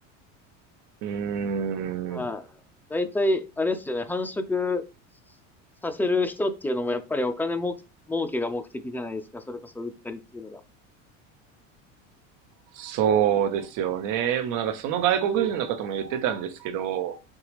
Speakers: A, on the right; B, in the centre.
A: うーん。
B: まあ、だいたい、あれですよね、繁殖させる人っていうのもやっぱりお金もく、儲けが目的じゃないですか。それこそ売ったりっていうのが。
A: そうですよね。もうなんかその外国人の方も言ってたんですけど、
B: それ